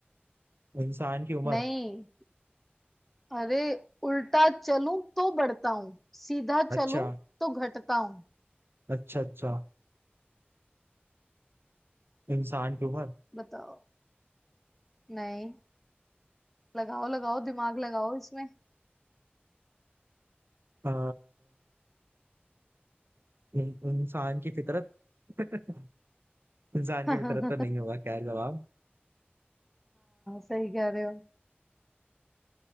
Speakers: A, on the right; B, in the centre.
A: इंसान की उम्र
B: नहीं अरे उल्टा चलूं तो बढ़ता हूँ सीधा चलूं
A: अच्छा
B: तो घटता हूँ
A: अच्छा अच्छा इंसान की उम्र
B: बताओ नहीं लगाओ लगाओ दिमाग लगाओ इसमें
A: अ, इन, इंसान की फितरत <laughs> इंसान
B: <laughs>
A: की
B: हाँ
A: फितरत तो नहीं होगा खैर जवाब
B: सही कह रहे हो